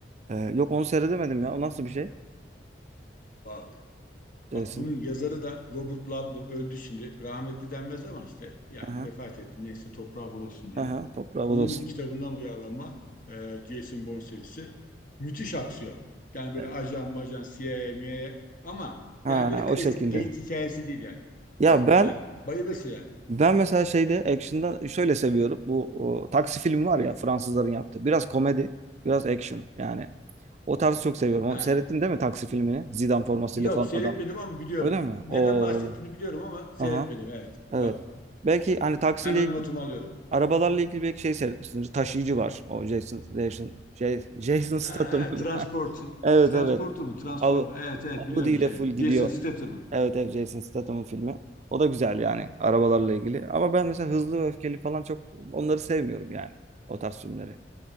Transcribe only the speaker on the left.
Bak.
Bak bunun yazarı da Robert Ludlum öldü şimdi. Rahmetli denmez ama işte yani
vefat etti. Neyse toprağı bol olsun diyelim.
Onun
bir kitabından uyarlanma e, Jason Bourne serisi. Müthiş aksiyon. Yani böyle
ajan majan CIA, MIA ama
yani böyle klasik
geyik hikayesi değil yani.
Çok
güzel. Bayılırsın yani.
Ha.
Yok
seyretmedim
ama biliyorum.
Neden
bahsettiğini biliyorum ama
seyretmedim evet.
Bak
hemen notumu alıyorum.
Ha, ha,
Transport,
Transporter
mu? Transform.
Evet evet
biliyorum
şey.
Jason Statham'ın.